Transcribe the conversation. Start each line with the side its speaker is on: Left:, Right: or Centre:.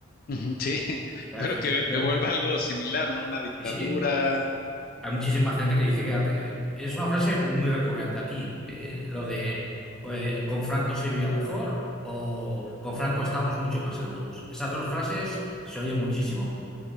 Left: ujú, sí, <laughs>
Centre: Claro,
Left: pero que,
Centre: claro.
Left: que vuelva algo similar, ¿no? Una dictadura.
Centre: Y sí, hay muchísima gente que dice que antes, eh, es una frase muy recurrente aquí, eh, lo de pues, con Franco se vivía mejor o con Franco estamos mucho más seguros. Esas dos frases se oyen muchísimo.